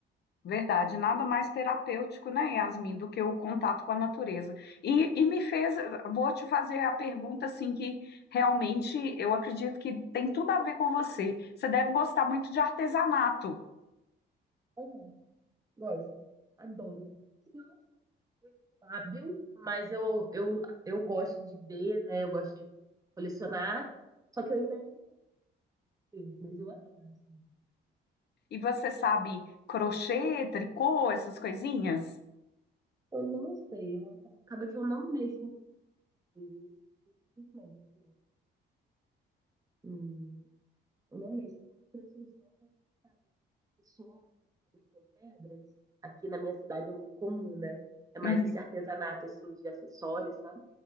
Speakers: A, on the left; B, on the right.
A: Verdade, nada mais terapêutico, né, Yasmin, do que o contato com a natureza. E, e me fez, vou te fazer a pergunta, assim, que realmente eu acredito que tem tudo a ver com você. Você deve gostar muito de artesanato.
B: mesmo. Gosto. Adoro. Sim, eu não sou muito hábil, mas eu, eu, eu gosto de ver, né? Eu gosto de colecionar. Só que eu ainda não tenho, mas eu adoro, assim.
A: E você sabe crochê, tricô, essas coisinhas?
B: Eu não sei, eu, aca- acaba que eu não mexo muito, né, infelizmente, não. Hum, eu não mexo. Eu gosto jogos, sabe? Só com pedras. Aqui na minha cidade é muito comum, né? É mais
A: Uhum,
B: esse artesanato, assim, de acessórios, sabe?